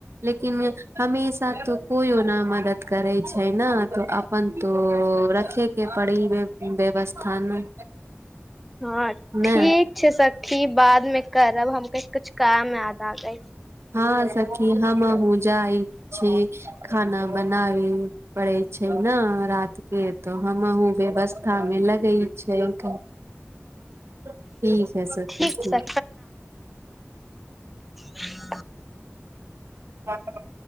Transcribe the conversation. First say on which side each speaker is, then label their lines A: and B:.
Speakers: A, on the right (about 65°); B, in the centre.
A: लेकिन हमेशा त कोइ हो न मदद करै छै छै ने तऽ अपन रखे के पड़ी वे व्यवस्था ने
B: हँ
A: ने
B: ठीक छै सखी बाद मे करब हम कह कुछु काम याद आ गई
A: हँ सखी हमहूँ जाइ छी खाना बन बना पड़े छै ने रात के तो हमहुँ व्यवस्था लगै छै ठीक है सखी
B: ठीक छै ह
A: हँ